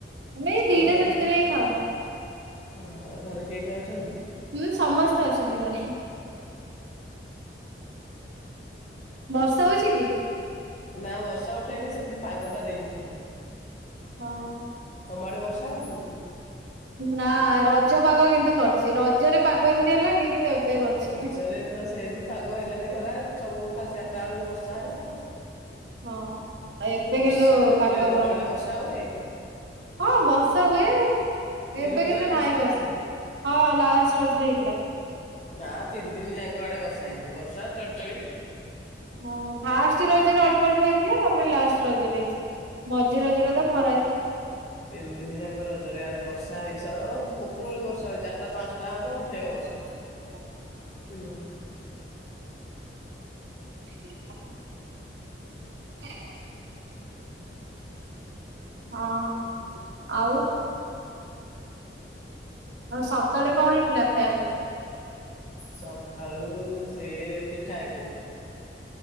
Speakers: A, on the right; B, on the left.
A: ଆମେ ଏଇ ଦିଟା
B: ଆଉ ଘରେ
A: ସାତଟାରେ
B: କିଏ,
A: ଖାଉ
B: ହଁ ଆଉ ଘରେ କିଏ କିଏ ଅଛନ୍ତି?
A: ହୁଁ ସମସ୍ତେ ଅଛନ୍ତି ଘରେ। ବର୍ଷା ହଉଛି କି?
B: ନା ବର୍ଷା ଉଠେଇନି ସେମିତି ପାଗଟା ଦେଇଛି ଖାଲି।
A: ହଁ ହଁ।
B: ତମ ଆଡ଼େ ବର୍ଷା ହଉଛି କି?
A: ନା, ରଜ ପାଗ କିନ୍ତୁ କରିଛି। ରଜରେ ପାଗ ଏମିତି ହେଲାନି କିନ୍ତୁ ଏବେ କରିଛି।
B: ରଜରେ ତ ସେମିତି ପାଗ ହେଲାନି ଖରା ସବୁ ଖାଲି ଚାରିଟା ବେଳକୁ ବର୍ଷା ହେଲା ଆଉ।
A: ହଁ ଆଉ ଏବେ
B: ବର୍ଷା
A: କିନ୍ତୁ
B: ଜୋରେ,
A: ପାଗ
B: ତମ ଆଡେ ବର୍ଷା ହୁଏ?
A: ହଁ ବର୍ଷା ହୁଏ।
B: ଏଇ
A: ଏବେ
B: ରଜରେ
A: କିନ୍ତୁ ନାହିଁ
B: ହେଇଥିଲା
A: ବର୍ଷା। ହଁ ଲାଷ୍ଟ ରଜରେ ହେଇଥିଲା।
B: ନା ତିନି ଦିନି ଯାଙ୍କ ଆଡେ ବର୍ଷା ହେଇଛି। ବର୍ଷା ଚଡଚଡି।
A: ହଁ ଫାଷ୍ଟ ରଜରେ ଅଳ୍ପ ଅଳ୍ପ ହେଇଥିଲା। ତାପରେ ଲାଷ୍ଟ ରଜ ଦେଇଛି। ମଝି ରଜ ଟା ତ ଖରା ହେଇଥିଲା।
B: ତିନ ଦିନି ଯାକ ରଜରେ ଆଡ଼େ ବର୍ଷା ହେଇଛ। ଓହୋ ଉପର ଭଳି ବର୍ଷା ହୋଇ ଚାରିଟା ପାଞ୍ଚଟା ହେବ ଉଠେଇବ ବର୍ଷା।
A: ହ
B: <unintelligible>
A: <inaudible> ହଁ, ଆଉ। ଆଉ ସକାଳେ କଣ ହେଇଥିଲା ଖାଇବା ପାଇଁ?
B: ସଖାଳୁ ସେ ପିଠା ହେଇଥିଲା।